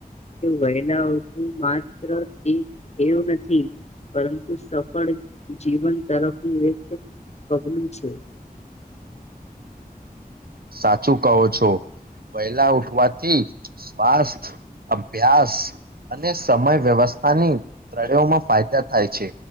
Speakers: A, on the left; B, on the right.
A: કે વહેલાઓું માત્ર એક એવું નથી પરંતુ સફળ જીવન તરફનું એક પગલું છે.
B: સાચું કહો છો વહેલા ઉઠવાથી સ્વાસ્થ્ય અભ્યાસ અને સમય વ્યવસ્થાની ત્રણેયોમાં ફાયદા થાય છે